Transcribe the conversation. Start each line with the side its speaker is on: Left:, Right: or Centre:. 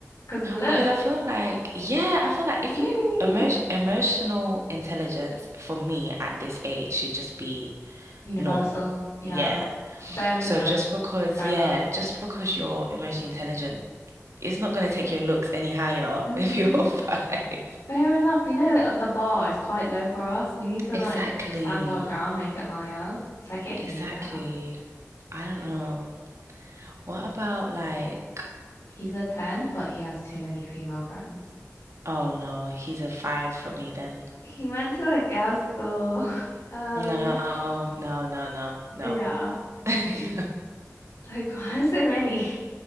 Left: Because of the looks.
Right: Because I feel like, yeah, I feel like if
Left: Really?
Right: you emotion emotional intelligence for me at this age should just be
Left: Universal,
Right: normal.
Left: yeah.
Right: Yeah.
Left: Bare minimum.
Right: So just because,
Left: Fair
Right: yeah,
Left: enough.
Right: just because you're emotionally intelligent, it's not going to take your looks any higher
Left: Mm-hmm.
Right: <laughs> if you're a five.
Left: Fair enough. You know, uh, the bar is quite low for us. We need to
Right: Exactly.
Left: like stand our ground, make it higher. So I get
Right: Exactly.
Left: you, yeah.
Right: I don't know. What about like,
Left: He's a 10, but he has too many female friends.
Right: oh no, he's a five for me then.
Left: He went to a girls' school. <laughs> Um,
Right: No, no, no, no, no.
Left: yeah,
Right: <laughs>
Left: agreed.
Right: No.
Left: Like, <laughs> why are so many?